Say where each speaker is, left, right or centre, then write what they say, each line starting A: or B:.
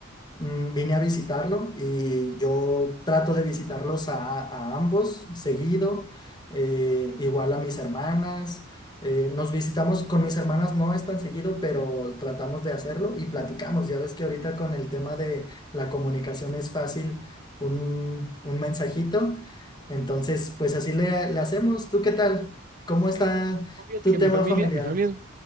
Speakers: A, on the left (about 20°); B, on the right (about 40°).
A: Mm, Vine a visitarlo y yo trato de visitarlos a, a ambos seguido, eh, igual a mis hermanas. eh, nos visitamos con mis hermanas, no es tan seguido, pero tratamos de hacerlo y platicamos. Ya ves que ahorita con el tema de la comunicación es fácil un, un mensajito. Entonces, pues así le, le hacemos. ¿Tú qué tal? ¿Cómo está
B: No, Fíjate
A: tu
B: que
A: tema
B: mi familia,
A: familiar?
B: mi familia es